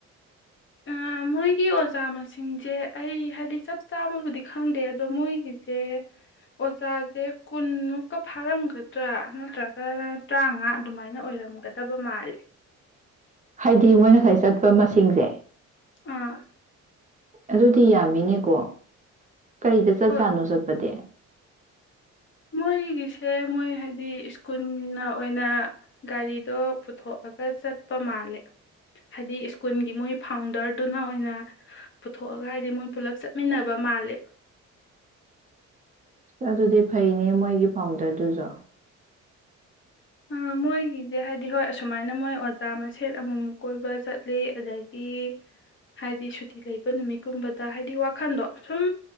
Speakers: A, on the left; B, on the right.
A: ꯑꯥ ꯃꯣꯏꯒꯤ ꯑꯣꯖꯥ ꯃꯁꯤꯡꯁꯦ ꯑꯩ ꯍꯥꯏꯗꯤ ꯆꯞ ꯆꯥꯕꯕꯨꯗꯤ ꯈꯪꯗꯦ ꯑꯗꯣ ꯃꯣꯏꯒꯤꯁꯦ ꯑꯣꯖꯥꯁꯦ ꯀꯨꯟꯃꯨꯛꯀ ꯐꯥꯔꯝꯒꯗ꯭ꯔꯥ ꯅꯠꯇ꯭ꯔꯒꯅ ꯇꯔꯥꯃꯉꯥ ꯑꯗꯨꯃꯥꯏꯅ ꯑꯣꯏꯔꯝꯒꯗꯕ ꯃꯥꯜꯂꯦ꯫
B: ꯍꯥꯏꯗꯤ ꯃꯣꯏ ꯉꯁꯥꯏ ꯆꯠꯄ ꯃꯁꯤꯡꯁꯦ꯫
A: ꯑꯥ
B: ꯑꯗꯨꯗꯤ ꯌꯥꯝꯃꯤꯅꯦꯀꯣ꯫ ꯀꯔꯤꯗ ꯆꯠ
A: ꯍꯣꯏ
B: ꯆꯥꯅꯣ ꯆꯠꯄꯗꯤ꯫
A: ꯃꯣꯏꯒꯤꯁꯦ ꯃꯣꯏ ꯍꯥꯏꯗꯤ ꯁ꯭ꯀꯨꯜꯅ ꯑꯣꯏꯅ ꯒꯥꯔꯤꯗꯣ ꯄꯨꯊꯣꯛꯑꯒ ꯆꯠꯄ ꯃꯥꯜꯂꯦ ꯍꯥꯏꯗꯤ ꯁꯀꯨꯜꯒꯤ ꯃꯣꯏ ꯐꯥꯎꯟꯗꯔꯗꯨꯅ ꯑꯣꯏꯅ ꯄꯨꯊꯣꯛꯑꯒ ꯍꯥꯏꯗꯤ ꯃꯣꯏ ꯄꯨꯂꯞ ꯆꯠꯃꯤꯟꯅꯕ ꯃꯥꯜꯂꯦꯕ꯫
B: ꯑꯗꯨꯗꯤ ꯐꯥꯏꯅꯦ꯫ ꯅꯦ ꯃꯣꯏꯒꯤ ꯐꯥꯎꯟꯗꯔꯗꯨꯁꯨ
A: ꯑꯥ ꯃꯣꯏꯒꯤꯁꯦ ꯍꯥꯏꯗꯤ ꯍꯣꯏ ꯑꯁꯨꯃꯥꯏꯅ ꯃꯣꯏ ꯑꯣꯖꯥ ꯃꯁꯦꯟꯠ ꯑꯃꯨꯃꯨꯛ ꯀꯣꯏꯕ ꯆꯠꯂꯤ ꯑꯗꯒꯤ ꯍꯥꯏꯗꯤ ꯁꯨꯇꯤ ꯂꯩꯕ ꯅꯨꯃꯤꯠꯀꯨꯝꯕꯗ ꯍꯥꯏꯗꯤ ꯋꯥꯈꯜꯗꯣ ꯁꯨꯝ